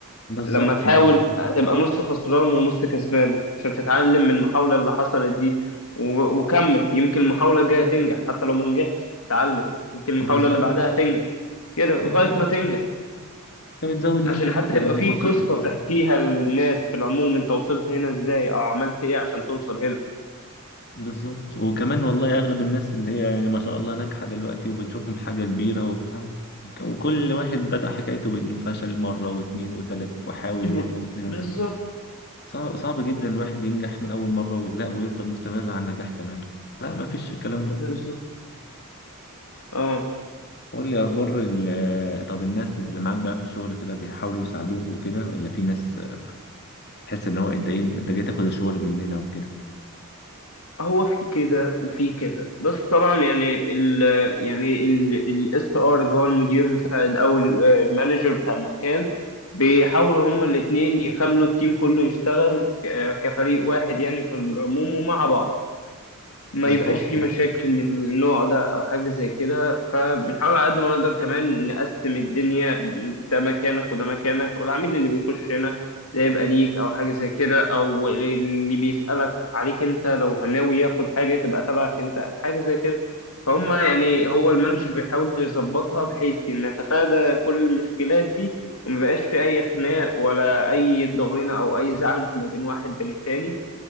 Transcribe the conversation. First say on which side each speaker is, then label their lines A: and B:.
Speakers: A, on the left; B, on the left.
A: بالظبط
B: لما تحاول
A: انت
B: هتبقى نص خسران ونص كسبان عشان تتعلم من المحاولة اللي حصلت دي و- وكمل يمكن المحاولة الجاية تنجح حتى لو ما نجحتش اتعلم يمكن المحاولة
A: بالظبط
B: اللي بعدها تنجح كده لغاية
A: انت انت
B: ما تنجح
A: بتزود نسبه
B: عشان حتى
A: يعني
B: يبقى في
A: فرصتك
B: قصة
A: اه
B: تحكيها للناس في العموم انت وصلت هنا ازاي او عملت ايه عشان توصل هنا
A: بالظبط وكمان والله اغلب الناس اللي هي يعني ما شاء الله ناجحه دلوقتي وبنشوفهم حاجه كبيره وبتاع وكل واحد بدأ حكايته بأنه فشل مرة واتنين وتلات وحاول
B: م-
A: مرة واتنين وتلات
B: بالظبط
A: صعب صعب جدا الواحد ينجح من أول مرة ولا ويفضل مستمر على النجاح كمان لا ما فيش الكلام ده
B: بالظبط اه
A: قول لي أخبار ال- طب الناس اللي معاك بقى في الشغل كده بيحاولوا يساعدوه وكده ولا في ناس تحس إن هو أنت إيه أنت جاي تاخد الشغل مننا وكده
B: هو في كده وفي كده بس طبعا يعني ال يعني الاس ار اللي هو المدير المساعد او ال- المانجر بتاع المكان بيحاولوا هما الاثنين يخلوا التيم كله يشتغل ك- كفريق واحد يعني في العموم ومع بعض ما
A: بالظبط
B: يبقاش في مشاكل من النوع ده او حاجه زي كده فبنحاول على قد ما نقدر كمان نقسم الدنيا ده مكانك وده مكانك والعميل اللي بيخش هنا ده يبقى ليك او حاجه زي كده او اللي بيسالك عليك انت لو ناوي ياخد حاجه تبقى تبعك انت حاجه زي كده فهم يعني هو المانجر بيحاول يظبطها بحيث ان نتفادى كل المشكلات دي ومبقاش في اي خناق ولا اي ضغينه او اي زعل ما بين واحد بين التاني